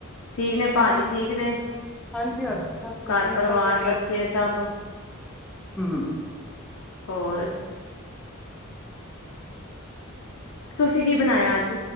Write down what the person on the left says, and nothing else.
ਠੀਕ ਨੇ ਭਾਜੀ
ਠੀਕ ਨੇ
ਘਰ
ਪਰਿਵਾਰ
ਬੱਚੇ ਸਭ
ਹੋਰ
ਤੁਸੀਂ ਕੀ ਬਣਾਇਆ ਅੱਜ